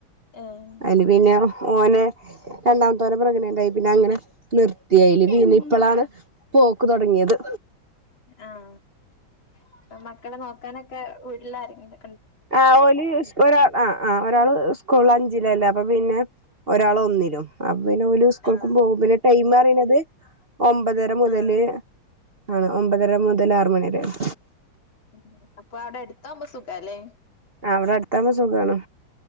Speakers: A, on the left (about 75°); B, on the right (about 35°).
A: ഏഹ്
B: അതില് പിന്നെ ഓനെ രണ്ടാമത്തെോനെ പ്രഗ്നെണ്ടായി ട പിന്നെ അങ്ങനെ നിർത്തിയായില് പിന്ന ഇപ്പോളാണ് പോക്ക് തുടങ്ങിയത്
A: ആഹ ഇപ്പ മക്കളെ നോക്കാനൊക്കെ ഉള്ളില ആാരണ്ട്
B: ആഹ് ഓലി ഒരാ ആ ആ ഒരാൾ സ്കൂള അഞ്ചിലല്ലേ അപ്പൊ പിന്നെ ഒരാൾ ഒന്നിലും പിന്നെ ഓല് സ്കൂൾക്കും
A: ആഹ്
B: പോകും പിന്നെ ടൈം അറിയണത് ഒമ്പതര മുതല്
A: ആഹ്
B: ആണ് ഒമ്പതര മുതല് ആറ് മണിവരെണ്
A: ഉ അപ്പൊ അവടെ എടുത്താവുംമ്പോ സുഖാലെ
B: ആ അവിടെ അടുത്താവുമ്പോ സുഖാണ്